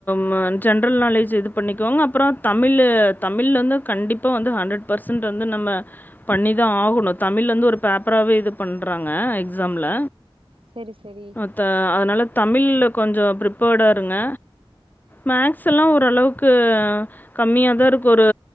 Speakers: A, on the left; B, on the right.
A: ம ஜென்ரல் நாலேஜ் இது பண்ணிக்கோங்க அப்பறோ தமிழு தமிழ் வந்து கண்டிப்பா வந்து ஹண்ட்ரட் பர்சன்ட்டு வந்து நம்ம பண்ணிதா ஆகணு தமிழ்லந்து ஒரு பேப்பராவே இது பண்றாங்க எக்ஸாம்ல
B: செரி செரி
A: த அதனால தமிழ்ல கொஞ்சோ பிரிப்பர்டா இருங்க மேக்ஸ் எல்லா
B: ஆ
A: ஓரளவுக்கு கம்மியாதா இருக்கு ஒரு